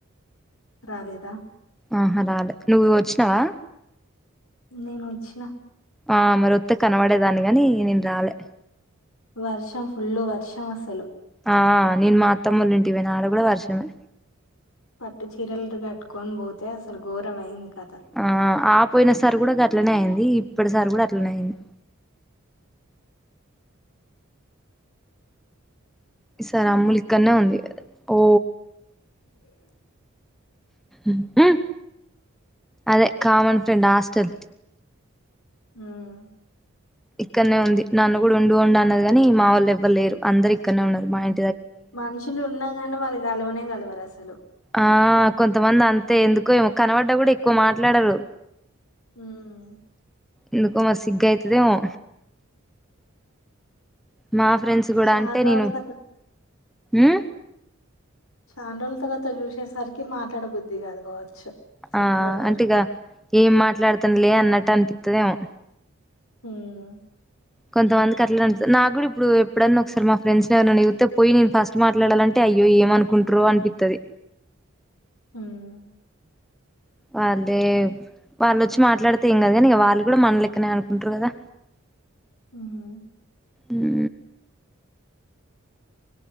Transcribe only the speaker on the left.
రాలేదా?
నేను వచ్చిన
వర్షం ఫుల్ వర్షం అసలు
పట్టు చీరలు కట్టుకొని పోతే అసలు ఘోరం అయింది కథ
అ
ఊమ్
మనుషులు ఉన్నా కానీ వాళ్ళు కలవనే గలవరు అసలు
ఊమ్
చాన్
రోజుల
తర్వా
శాన్ రోజుల తర్వాత చూసేసరికి మాట్లాడబుద్ది కాదు కావచ్చు సిగ్గుపడతారు
ఊమ్
ఊమ్
ఊమ్